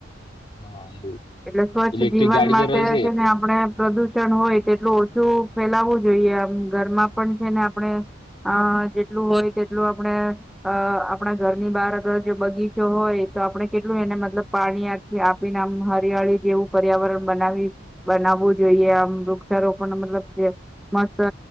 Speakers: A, on the left; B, in the centre.
A: હા એવું
B: એટલે સ્વચ્છ
A: ઇલેક્ટ્રિક
B: જીવન
A: ગાડી
B: માટે
A: જે રહી
B: છે ને આપણે પ્રદૂષણ હોય તેટલું ઓછું ફેલાવવું જોઈએ આમ ઘરમાં પણ છે ને આપણે અ જેટલું હોય તેટલું આપણે આપણા ઘરની બહાર અગર જો બગીચો હોય તો આપણે કેટલું એને મતલબ પાણી આથી આપીને આમ હરિયાળી જેવું પર્યાવરણ બનાવી બનાવવું જોઈએ આમ વૃક્ષારોપણ મતલબ મસ્ત